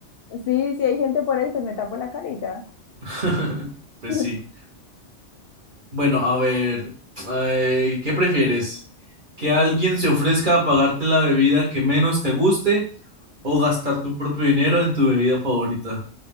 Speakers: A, on the left; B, on the right.
A: sí, si hay gente por ahí, pues me tapo la cara y ya.
B: <laughs> Pues
A: <laughs>
B: sí. Bueno, a ver, ay, ¿qué prefieres? ¿Que alguien se ofrezca a pagarte la bebida que menos te guste o gastar tu propio dinero en tu bebida favorita?